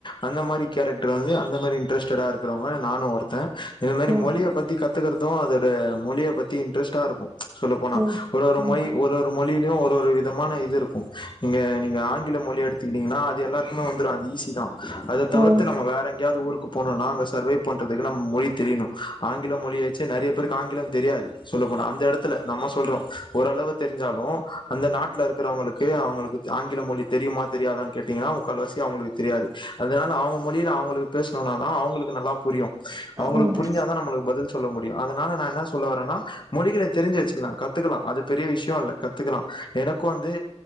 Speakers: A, on the left (about 45°); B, on the right (about 30°).
A: அந்த மாரி கேரக்டர் வந்து அந்த மாரி இன்ட்ரெஸ்டடா இருக்றவங்க நானு ஒருத்தன் இந்த மாரி
B: ம்
A: மொழிய பத்தி கத் கத்துக்கறதும் அதோட மொழிய பத்தி இன்ட்ரெஸ்ட்டா இருக்கும் சொல்ல போனா
B: ம்
A: ஒரு ஒரு
B: ம்
A: மொழி ஒரு ஒரு மொழிலயும் ஒரு ஒரு விதமான இது இருக்கும் நீங்க நீங்க ஆங்கில மொழி எடுத்துக்கிடீங்கன்னா அது எல்லாருக்குமே வந்துடும் அது ஈஸி தான் அத தவிர்த்து
B: ம்
A: நம்ம வேற எங்கேயாது ஊருக்கு போனுனா அங்க சர்வே பண்றதுக்கு நம்ம மொழி தெரியணு ஆங்கிலம் மொழி வச்சு நெறைய பேருக்கு ஆங்கிலம் தெரியாது சொல்ல போன அந்த எடத் நம்ம சொல்றோம் ஓர்ளவு தெரிஞ்சாலும் அந்த நாட்டுல இருக்கிறவங்களுக்கு அவங்களுக்கு ஆங்கில மொழி தெரியுமா தெரியாதான்னு கேடீங்கன்னா முக்கால்வசி அவங்களுக்கு தெரியாது அதுனால அவுங்க மொழில அவங்களுக்கு பேசுனுனா தான் அவங்களுக்கு நல்லா புரியும் அவங்களுக்கு
B: ம்
A: புரிஞ்சா தான் நம்மளுக்கு பதில் சொல்ல முடியும் அதுனால நா என்னா சொல்ல வரேன்னா மொழிகள வச்சிகலாம் கத்துக்கலாம் அது பெரிய விஷயம் இல்ல கத்துக்கலாம் எனக்கு வந்து